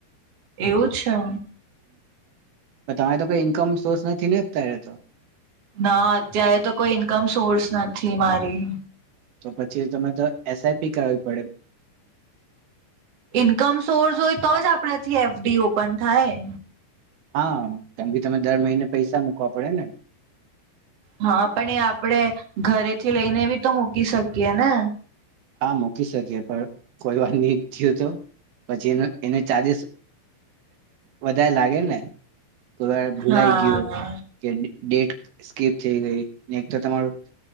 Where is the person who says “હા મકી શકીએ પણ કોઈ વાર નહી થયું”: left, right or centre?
Right